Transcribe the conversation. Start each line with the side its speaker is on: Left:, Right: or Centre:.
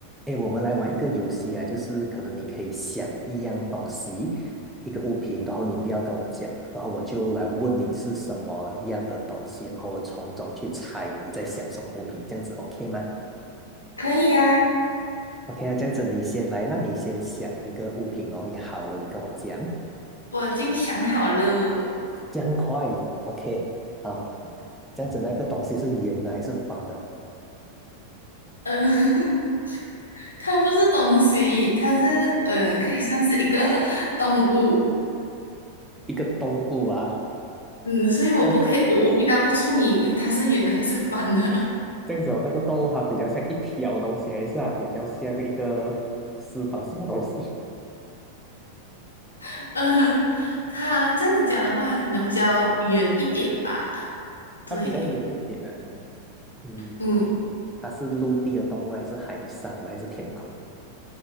Centre: 哎，我们来玩一个游戏啊，就是可能你可以想一样东西，一个物品，然后你不要跟我讲，然后我就来问你是什么样的东西，然后我从中去猜你在想什么物品，这样子 OK 吗
Left: 可以啊，
Centre: ？OK 啊，这样子你先来那你先想一个物品，然后你好了，你跟我讲，
Left: 我已经想好了。
Centre: 这样快，OK，好，这样子那个东西是圆的还是方的？
Left: 嗯，<laughs> 它不是东西，它是嗯，可以算是一个 <laughs> 动物。
Centre: 一个动物啊，
Left: 嗯，所以我不可以，
Centre: 这样子
Left: 我我回答不出你它是圆的还是方的。
Centre: 这样子哦那个动物它比较像一条东西，还是啊比较像一个四方形的东西？
Left: <laughs> 嗯，它这样子讲的话，可能比较圆一点吧。对，
Centre: 它比较远一点的，嗯，
Left: 嗯
Centre: 它是陆地的动物，还是海上的，还是天空？